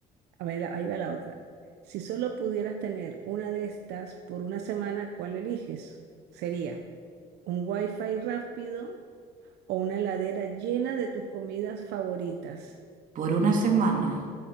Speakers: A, on the right; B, on the right.
A: A ver, ahí va la otra. Si solo pudieras tener una de estas por una semana, ¿cuál eliges? Sería un wifi rápido o una heladera llena de tus comidas favoritas.
B: Por una semana.